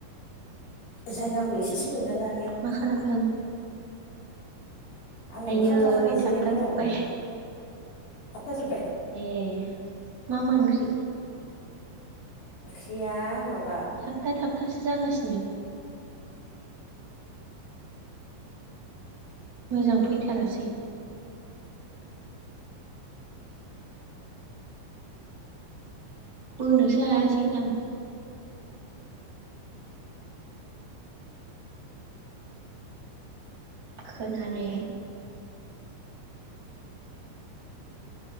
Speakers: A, on the left; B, on the right.
A: जायगाखौ एसे सोलायना ला
B: मा खालामदों?
A: आङो
B: आयै
A: ओंखाम जाखांना
B: थाबथाजोब्बाय
A: जिरायना दं। थाबथा जोबबाय?
B: ए मा मा ओंख्रि?
A: ओंख्रिया मा
B: थाबथा थाबथासो जागासि नो मोजां फैथारासै बोनोसो हायासै नोंदां। खोनाले